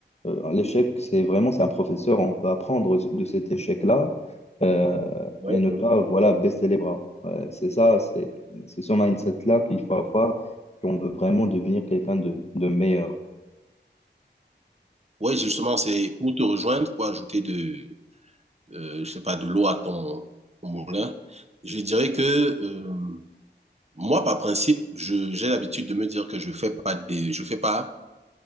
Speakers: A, on the left; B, on the right.
A: euh, l'échec, c'est vraiment, c'est un professeur, on peut apprendre de cet échec-là euh,
B: Oui,
A: et ne
B: oui.
A: pas, voilà, baisser les bras. Ouais, c'est ça, c'est c'est ce mindset-là qu'il faut avoir si on veut vraiment devenir quelqu'un de, de meilleur.
B: Oui, justement, c'est pour te rejoindre, pour ajouter de euh, je sais pas, de l'eau à ton, ton moulin, je dirais que euh, moi, par principe, je, j'ai l'habitude de me dire que je fais pas des, je fais pas,